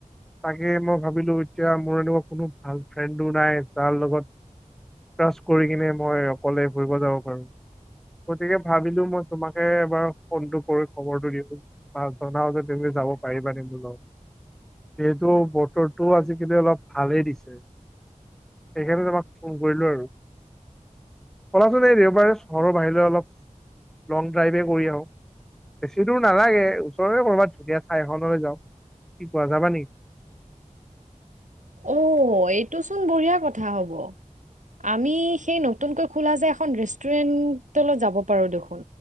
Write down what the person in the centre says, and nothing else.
তাকে মই ভাবিলো এতিয়া মোৰ এনেকুৱা কোনো ভাল ফ্ৰেণ্ডো নাই যাৰ লগত ক্ৰাছ কৰি কিনে মই অকলে ফুৰিব যাব পাৰো গতিকে ভাবিলো মই তোমাকে এবাৰ ফোনটো কৰি খবৰটো দিওঁ বা জনাও যে তুমি যাব পাৰিবা নি বোলো যিহেতু বতৰটো আজিকালি অলপ ভালেই দিছে সেইকাৰণে তোমাক ফোন কৰিলো আৰু চলাচোন এই দেওবাৰে চহৰৰ বাহিৰলৈ অলপ লং ড্ৰাইভে কৰি আহোঁ বেছি দূৰ নালাগে ওচৰৰে কৰ'বাত ধুনীয়া ঠাই এখনলৈ যাওঁ কি কোৱা যাবা নেকি